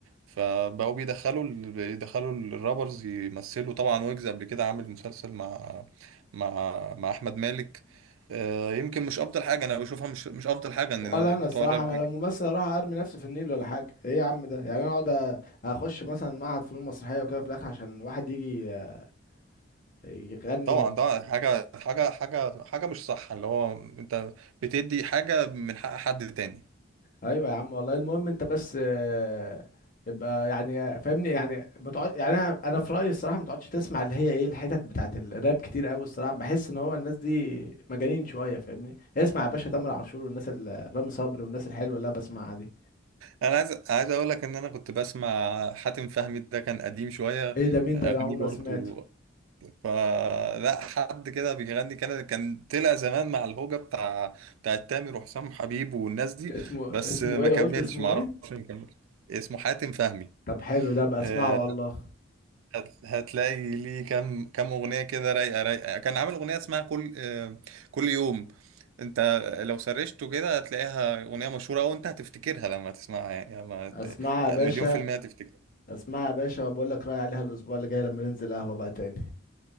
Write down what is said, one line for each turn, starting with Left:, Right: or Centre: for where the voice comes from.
Right: فبقوا بيدخلوا ال- بيدخلوا الرابرز يمثلوا طبعا ويجز قبل كده عامل مسلسل مع مع مع احمد مالك آه، يمكن مش افضل حاجه انا بشوفها مش مش افضل حاجه ان
Left: ولا انا
Right: بتوع
Left: الصراحه
Right: الراب
Left: انا لو ممثل اروح ارمي نفسي في النيل ولا حاجه ايه يا عم ده يعني انا اقعد أ- اخش مثلا معهد فنون مسرحيه وكده في الاخر عشان واحد يجي آه، يغني
Right: طبعا ده حاجه حاجه حاجه حاجه مش صح اللي هو انت بتدي حاجه من حق حد تاني
Left: ايوه يا عم والله المهم انت بس آه، ابقى يعني آه، فاهمني يعني ما تقعد يعني انا انا في رايي الصراحه ما تقعدش تسمع اللي هي ايه الحتت بتاعت الراب كتير قوي الصراحه بحس ان هو الناس دي مجانين شويه فاهمني اسمع يا باشا تامر عاشور والناس ال- رامي صبري والناس الحلوه اللي انا بسمعها دي
Right: انا عايز عايز اقول لك ان انا كنت بسمع حاتم فهمي ده كان قديم شويه
Left: ايه ده مين
Right: اغانيه
Left: ده انا عمري
Right: برضو
Left: ما سمعته
Right: فلا حد كده بيغني كان كان طلع زمان مع الهوجه بتاع بتاع تامر وحسام حبيب والناس دي
Left: اسمه
Right: بس
Left: اسمه
Right: ما
Left: ايه
Right: كملش
Left: قلت اسمه
Right: ما
Left: ايه
Right: اعرفش ما كملش اسمه حاتم فهمي
Left: طب حلو ده بقى
Right: آه،
Left: اسمعه والله
Right: هت- هتلاقي ليه كام كام اغنيه كده رايقه رايقه كان عامل اغنيه اسمها كل آه، كل يوم انت لو سرشته كده هتلاقيها اغنيه مشهوره او انت هتفتكرها لما تسمعها يعني لما ت-
Left: اسمعها يا باشا
Right: مليون في المية هتفتكرها
Left: اسمعها يا باشا وبقول لك رايي عليها الاسبوع اللي جاي لما ننزل قهوه بقى تاني